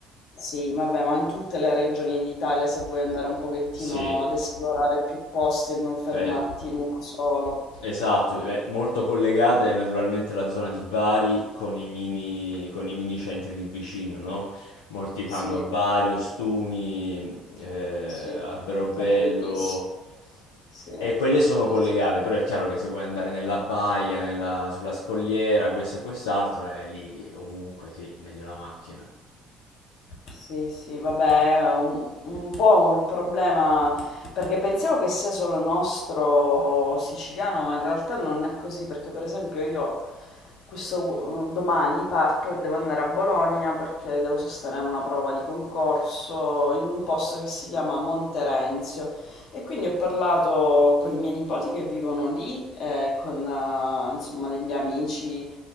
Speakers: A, on the left; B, on the left.
A: Sì, vabbè, ma in tutte le regioni d'Italia se vuoi andare un pochettino
B: Sì,
A: ad esplorare più posti e non fermarti
B: eh,
A: in uno solo.
B: Esatto, è molto collegata è naturalmente la zona di Bari con i mini, con i mini centri lì vicino, no? Molti
A: Sì,
B: fanno Bari, Ostuni, eh,
A: sì, è
B: Alberobello
A: bellissimo. Sì,
B: e quelle sono
A: sì,
B: collegate,
A: sì. sì.
B: però è chiaro che se vuoi andare nella baia, nella- sulla scogliera, questo e quest'altro, è lì ovunque, sì, meglio la macchina.
A: Sì, sì, vabbè, è un, un po' il problema, perché pensavo che sia solo nostro siciliano, ma in realtà non è così, perché per esempio io questo eh, domani parto e devo andare a Bologna perché devo sostenere una prova di concorso in un posto che si chiama Monterenzio e quindi ho parlato con i miei nipoti che vivono lì, eh, con eh, insomma degli amici